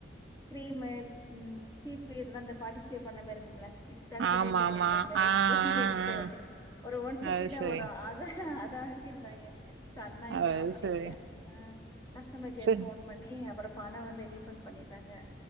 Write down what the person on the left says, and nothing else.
கிரீம்மு ம் சீப்பு இதலா இந்த பாடிஸ்டே பண்ண மாரி இருக்கும்ல தனி
தனிய போட்டு வைக்கிற மாரி
ட்ரெஸிங் டேபிள்கிட்ட
வைக்கிற ஒரு ஒன் ஃபிஃப்டிதா
வரு அத தா அத அனுப்பிருந்தாய்ங்க ஸ்டன்னாய்ட்டே
அப்புடித்தா
ஆ கஸ்டமர் கேர்க்
ஃபோன் பண்ணி அப்புறோ பணோ வந்து ரீஃபண்ட் பண்ணிட்டாங்க